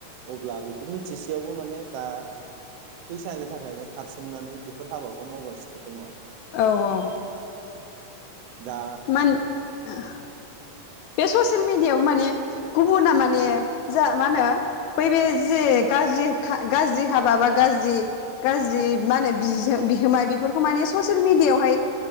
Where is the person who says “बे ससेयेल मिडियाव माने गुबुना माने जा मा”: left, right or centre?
Left